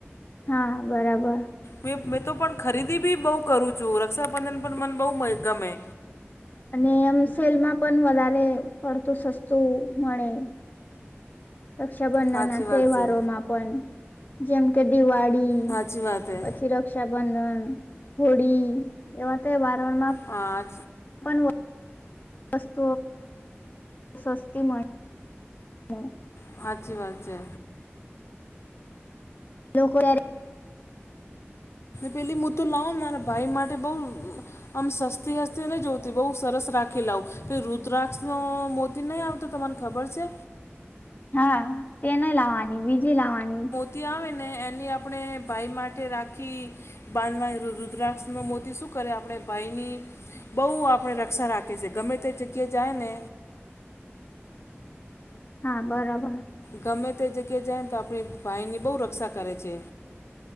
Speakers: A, on the left; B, on the left.
A: હા બરાબર
B: મેં તો પણ ખરીદી બી બહુ કરું છું રક્ષાબંધન પણ મને બહુ ગમે
A: અને એમ સલમાં પણ વધારે પડતું સસ્તું મળે રક્ષાબંધન
B: સાચી
A: ના તહેવારોમાં
B: વાત છે
A: પણ જેમ કે દિવાળી
B: સાચી વાત છે
A: પછી રક્ષાબંધન હોળી એવા તહેવારણમાં
B: આ
A: પણ વસ્ત સસ્તી મળે. હા.
B: સાાચી વાત છે.
A: લોકોક. <unintelligible>
B: પેલી મો તોુ લાવો મારા ભાઈ માટે બહ આમ સસ્તી હસ્તી નહીં જોતી બહુ સરસ રાખી લાવું કે રુદ્રાક્ષ મોતી નહીં આવતો તમારે ખબર છે.
A: હા તે નય લાવવાની બીજી લાવવાની.
B: ત્યાં આવે ને એની આપણે ભાઈ માટે રાખી બાંધવા રુદ્રાક્ષ ન મોતી શું કરે આપણે ભાઈની બહુ આપણે રક્ષા રાખી છીએ ગમે તે જગ્યાએ જાય ને
A: હા બરાબર.
B: ગમે તે જગ્યાએ જાય ને તો આપણી ભાઈની બહુ રક્ષા કરે છે.